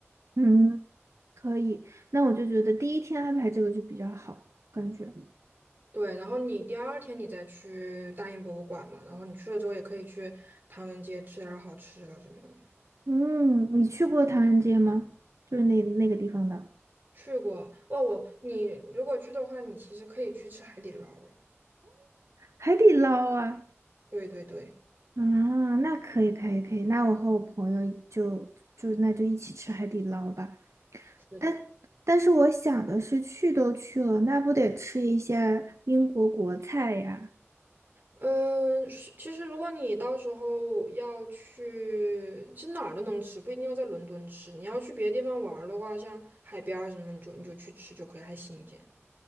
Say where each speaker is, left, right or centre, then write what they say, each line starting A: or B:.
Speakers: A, on the right; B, on the right.
A: 嗯，可以，那我就觉得第一天安排这个就比较好，感觉。
B: 对，然后你第二天你再去大英博物馆嘛，然后你去了之后也可以去唐人街吃点儿好吃的什么的。
A: 嗯，你去过唐人街吗？就是那那个地方的
B: 去过哦，我你如果去的话，你其实可以去吃海底捞了。
A: 海底捞啊
B: 对对对，
A: 啊，那可以可以可以，那我和我朋友就就那就一起吃海底捞吧。
B: 是的，
A: 但但是我想的是，去都去了，那不得吃一下英国国菜呀？
B: 嗯，是其实如果你到时候要去，是哪儿都能吃，不一定要在伦敦吃。你要去别的地方玩儿的话，像海边儿什么，你就你就去吃就可以，还新鲜。